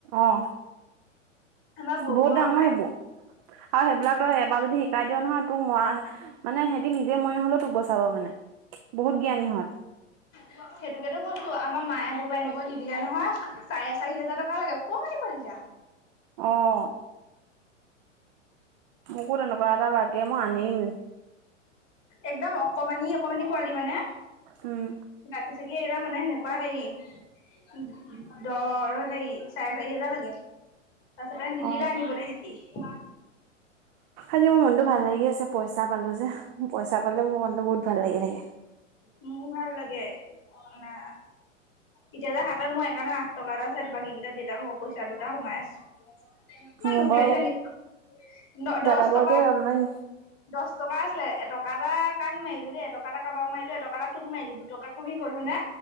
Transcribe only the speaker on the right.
অ,
বহুত দাম
অ' এইবোৰ। আৰু সেইবিলাক তই এবাৰ যদি শিকাই দিয় নহয়, তোক মানে সিহতে নিজে মৰি হলেও তোক বচাব মানে বহুত জ্ঞানী হয়।
অ', মোকো তেনেকুৱা এটা লাগে মই আনিম।
উম',
অ
আজি মোৰ মনটো ভাল লাগি আছে পইচা পালো যে, পইচা পালে মোৰ মনটো বহুত ভাল লাগি থাকে।
মোৰ
বাৰু
দাদা
বাৰু
দেই অনলাইন